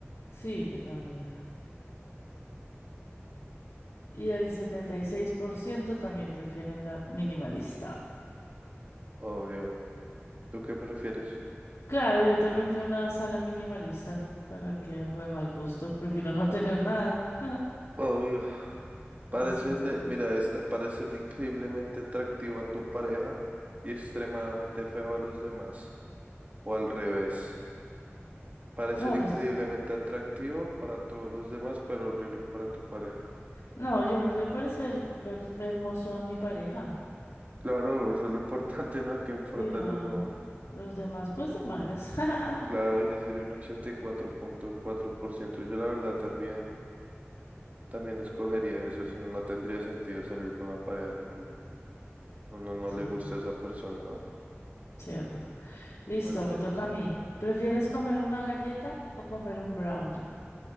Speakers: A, on the left; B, on the right.
A: Sí, yo también. Y el 76% también prefieren la minimalista.
B: obvio. ¿Tú qué prefieres?
A: Claro, yo también prefiero una sala minimalista para que algo de mal gusto. Prefiero no tener nada. <laughs>
B: Obvio. Parecerle,
A: Así. Sí.
B: mira esta, parecerle increíblemente atractivo a tu pareja y extremadamente feo a los demás. O al revés, parecer
A: No,
B: increíblemente
A: pues,
B: atractivo para todos los demás, pero horrible para tu pareja.
A: no, yo prefiero parecer per- hermoso a mi pareja.
B: Claro, eso es lo importante, ¿no? ¿Qué importa
A: Sí, no.
B: los demás?
A: Los demás, pues de malas. <laughs>
B: Claro, ya sería un 84.4%. Yo la verdad también, también escogería eso, si no no tendría sentido salir con una pareja que uno, uno no
A: Sí,
B: le guste a esa persona, ¿no?
A: cierto. Listo,
B: Bueno.
A: me toca a mí. ¿Prefieres comer una galleta o comer un brownie?